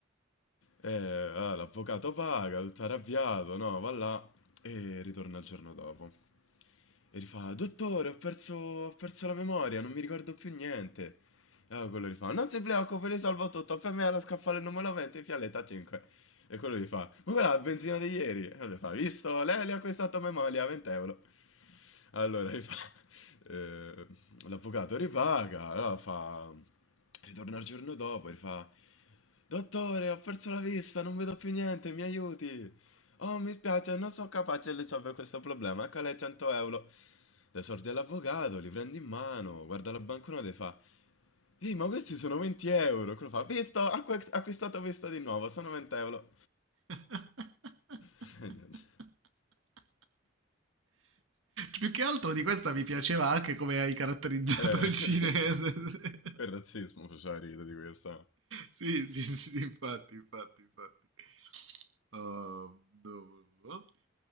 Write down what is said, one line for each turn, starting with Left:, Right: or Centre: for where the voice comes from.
Left: Eh, ah, l'avvocato paga, tutto arrabbiato, no, va là e ritorna il giorno dopo. E rifà, dottore, ho perso, ho perso la memoria, non mi ricordo più niente. E allora quello rifà, non si preoccupi, risolvo tutto, per me è lo scaffale numero 20, fialetta 5. E quello gli fa, ma quella è la benzina di ieri. E allora gli fa, visto, lei le ha acquistato a memoria, 20 euro. Allora gli fa, eh, l'avvocato ripaga, allora fa, ritorna il giorno dopo, e gli fa... Dottore, ho perso la vista, non vedo più niente, mi aiuti. Oh, mi spiace, non sono capace di risolvere questo problema. Ecco lei 100 euro. Le sordi all'avvocato, li prendi in mano, guarda la banconota e fa: Ehi, ma questi sono 20 euro. Quello fa: Visto, acqu- acquistato questa di nuovo, sono 20 euro.
Right: <laughs>
Left: <laughs> E niente.
Right: Più che altro di questa mi piaceva anche come hai caratterizzato
Left: Eh,
Right: il cinese.
Left: <laughs>
Right: <laughs>
Left: quel razzismo faceva ridere di questa.
Right: Sì, sì, sì, infatti, infatti, infatti. Oh, no.